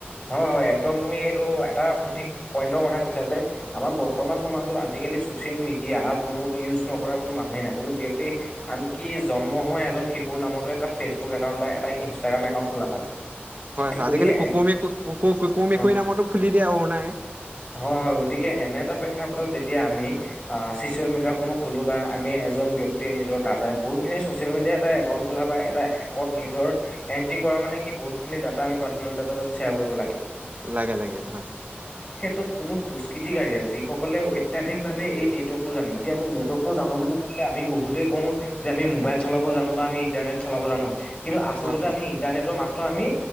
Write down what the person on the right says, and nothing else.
হয় হয় আজিকালি
কুকু মেকু কুকু কুকু মেকুৰী
নামতো খুলি দিয়ে অৰুণাই।
লাগে লাগে হয়।
হয় হয়